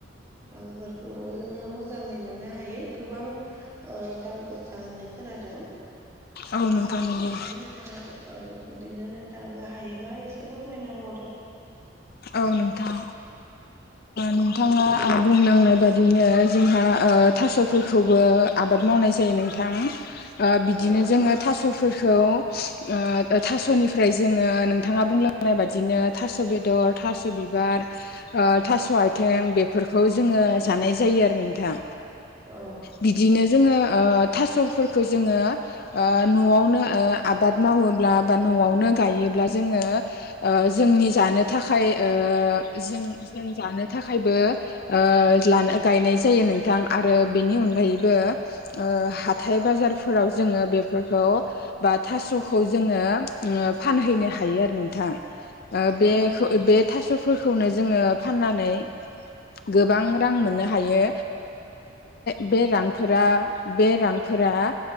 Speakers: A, on the right; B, on the left.
A: रांफोरखौबो जोङो मोजाङै मोननो हायो गोबां दाम गोसा होननाय खोनादों
B: औ नोंथां नंगौ
A: बिदिनो नोंथाङाबो औ बिदिनो नोंथाङाबो हायोबा एसे फोरमायना होबावदो
B: औ नोंथां नोंथाङा बुंलां नाय थांनाय बादिनो जोंहा थास'फोरखौबो आबाद मावनाय जायो नोंथां ओ बिदिनो
A: औ
B: जोङो थास' फोरखौ ओ थास'निफ्राय जोङो नोंथाङा बुंलांनाय बादिनो थास' बेदर थास' बिबार थास' आथिं बेफोरखौ जोङो जानाय जायो आरो नोंथां
A: औ
B: बिदिनो जोङो ओ थास'फोरखौ जोङो न'आवनो आबाद मावोब्ला बा न'आवनो गायोब्ला जोङो जोंनि जानो था खाय ओ जों जों जानो थाखायबो ओ लानो गायनाय जायो नों थां आरो बेनि अनगायैबो ओ हाथाय बाजारफोराव जोङो बेफोरखौ बा थास'खौ जोङो ओ फानहैनो हायो आरो नोंथां ओ
A: औ
B: बेखौ बे थास'फोरखौनो जोङो फाननानै गोबां रां मोननो हायो बे रांफोरा बे रांफो रां